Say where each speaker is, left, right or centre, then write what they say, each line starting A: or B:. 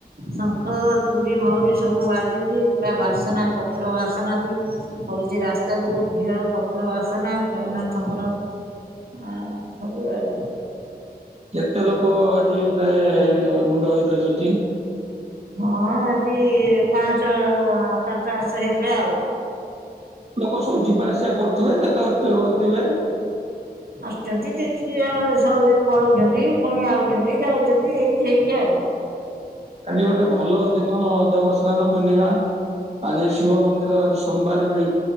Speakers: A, on the right; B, on the right.
A: ଶଙ୍ଖ, ତୁରି, ମଉରୀ ସବୁ ବାଜୁଛି ପୁରା ବାସେନା କର୍ପୁର ବାସେନା ବି। ହଉଛି ରାସ୍ତା କୁ ଘିଅ କପ କର୍ପୁର ବାସେନା ଜଗନ୍ନାଥଙ୍କର। ଆ ସବୁ ଆଉ।
B: କେତେ ଲୋକ ଆଜି ପ୍ରାୟ ରୁଣ୍ଡ ହେଇଥିଲେ, ସେଠି?
A: ହଁ, ଆଜି ପାଞ୍ଚ ପଚାଶେ ହେବେ, ଆଉ।
B: ଲୋକ ସବୁ ଯିବା ଆସିବା କରୁଥିବେ, କେତେକ କିଏ ରହିଥିବେ।
A: ଆସୁଛନ୍ତି, ଦେଖିକି ଆଳୁ ସଉଳେଇ ପଳଉଛନ୍ତି, ପୁଣି ଆଉଛନ୍ତି, ଯାଉଛନ୍ତି, ଏମିତି ହେଇକି ଆଉ।
B: ଆଜି ଗୋଟେ ଭଲ ଦିନ ଦେବସ୍ନାନ ପୂର୍ଣ୍ଣିମା। ଆଜି ଶିବ ମନ୍ଦିର, ଆଜି ସୋମବାର ବି।